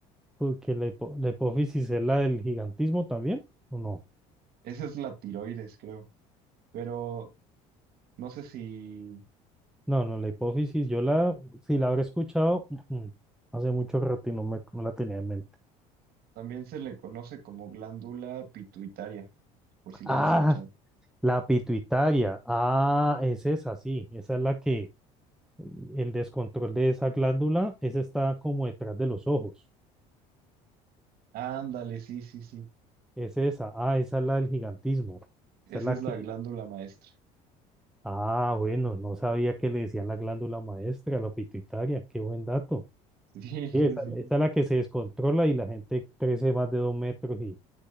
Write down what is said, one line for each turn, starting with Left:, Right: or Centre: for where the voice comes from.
Centre: porque la, hipo- la hipófisis es la del gigantismo también, ¿o no?
Right: esa es la tiroides, creo. Pero no sé si...
Centre: No, no, la hipófisis, yo la, si la habré escuchado, ujú, hace mucho rato y no, me, no la tenía en mente.
Right: También se le conoce como glándula pituitaria, por si lo
Centre: Ah,
Right: has escuchado.
Centre: la pituitaria, ah, es esa, sí, esa es la que, el descontrol de esa glándula, esa está como detrás de los ojos,
Right: Ándale, sí, sí, sí.
Centre: es esa, ah, esa es la del gigantismo,
Right: Esa
Centre: esa es la
Right: es
Centre: que,
Right: la glándula maestra.
Centre: ah, bueno, no sabía que le decían la glándula maestra, la pituitaria, qué buen dato.
Right: <laughs> Sí,
Centre: Sí,
Right: sí,
Centre: esa,
Right: sí.
Centre: esa es la que se descontrola y la gente crece más de dos metros y